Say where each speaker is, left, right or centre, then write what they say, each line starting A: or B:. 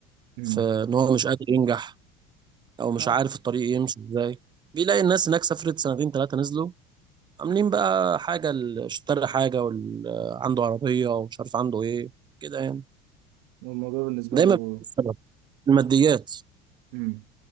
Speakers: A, on the right; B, on the right.
A: امم
B: في ان هو مش قادر ينجح او مش
A: اه
B: عارف الطريق يمشي ازاي بيلاقي الناس هناك سافرت سنتين ثلاثه نزلوا عاملين بقى حاجه ال- اشترى حاجه وال- عنده عربيه ومش عارف عنده ايه كده يعني
A: والموضوع بالنسبة
B: دايما
A: له
B: بيكون السبب الماديات
A: امم